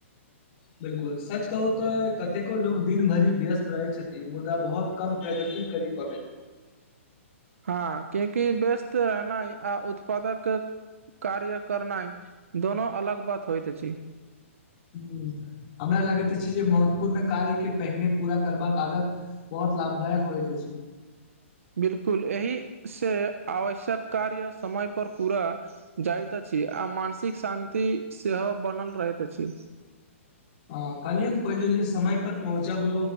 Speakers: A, on the left; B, on the right.
A: बिलकुल सच कहु तऽ कतेको लोग दिन भरि व्यस्त रहै छथिन मुद्दा बहुत कम प्रगति करी <inaudible>
B: हँ क्यूंकि व्यस्त अनाइ आ उत्पादक कार्य करनाइ दोनो अलग बात होइत अछि
A: ह हमरा लगैत अछि जे महत्वपूर्ण कार्य के पहिने पूरा करबाक आदत बहुत लाभदायक होए त अछि
B: बिलकुल एहि से आवश्यक कार्य समय पर पूरा जाइत अछि आ मानसिक शान्ति सेहो बनल रहैत अछि
A: अ कल्हि हम पहिल जे समय पर पहुँचब